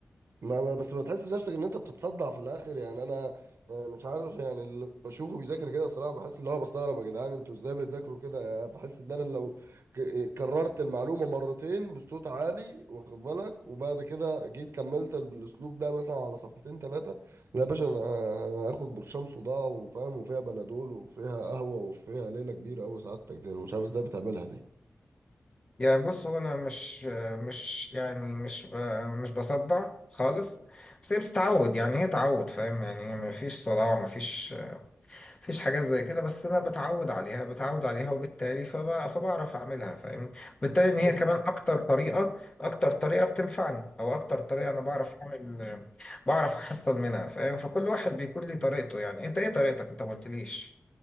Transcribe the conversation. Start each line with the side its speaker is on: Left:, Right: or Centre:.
Right: ما ما- بس ما تحسش نفسك ان انت بتتصدع في الاخر يعني انا آه، مش عارف يعني اللي بشوفه بيذاكر كده الصراحه بحس اللي هو بستغرب يا جدعان انتوا ازاي بتذاكروا كده يعني بحس ان انا لو ك- كررت المعلومه مرتين بصوت عالي واخد بالك وبعد كده جيت كملت بالاسلوب ده مثلا على صفحتين ثلاثه لا يا باشا انا هاخد برشام صداع وفاهم وفيها بنادول وفيها قهوه وفيها ليله كبيره قوي سعادتك دي أنا مش عارف ازاي بتعملها دي
Left: يعني بص هو انا مش مش يعني مش مش بصدع خالص بس هي بتتعود يعني هي تعود فاهم يعني ما فيش صداع ما فيش مفيش حاجات زي كده بس انا بتعود عليها بتعود عليها وبالتالي فب- فبعرف اعملها فاهمني وبالتالي ان هي
Right: بس
Left: كمان اكتر طريقه اكتر طريقه بتنفعني او اكتر طريقه انا بعرف اعمل بعرف احصل منها فاهم فكل واحد بيكون ليه طريقته يعني انت ايه طريقتك انت ما قلتليش